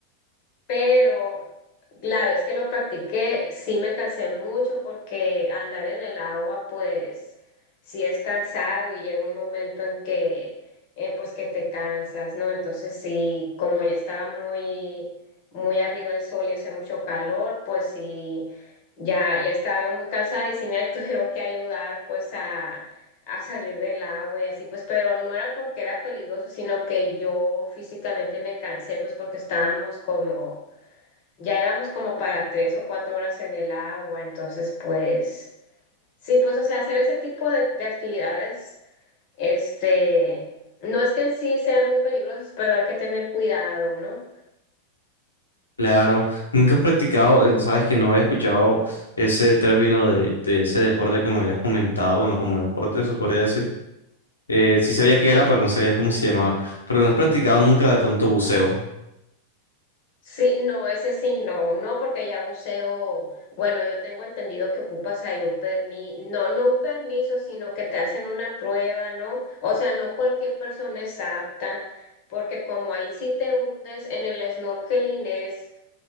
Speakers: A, on the left; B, on the left.
A: pero la vez que lo practiqué sí me cansé mucho porque andar en el agua pues sí es cansado y llega un momento en que en pues que te cansas, ¿no? Entonces sí, como ya estaba muy muy arriba el sol y hace mucho calor, pues sí ya ya estaba yo muy cansada y sí me <laughs> tuvieron que ayudar pues a a salir del agua y así, pues, pero no era porque era peligroso, sino que yo físicamente me cansé, pues, porque estábamos como ya llevamos como para tres o cuatro horas en el agua, entonces pues sí, pues o sea, hacer ese tipo de, de actividades, este, no es que en sí sean muy peligrosos pero hay que tener cuidado, ¿no?
B: Claro, nunca has practicado, eh, sabes que no había escuchado ese término de, de ese deporte que me habías comentado, bueno, como deporte, se podría decir. Eh, sí sabía qué
A: Sí.
B: era, pero no sabía cómo se llamaba. Pero no has practicado nunca de pronto buceo.
A: Sí, no, ese sí, no, no, porque ya buceo, bueno, yo tengo entendido que ocupas ahí un permiso, no, no un permiso, sino que te hacen una prueba, ¿no? O sea, no cualquier persona es apta, porque como ahí sí te hundes en el snorkeling es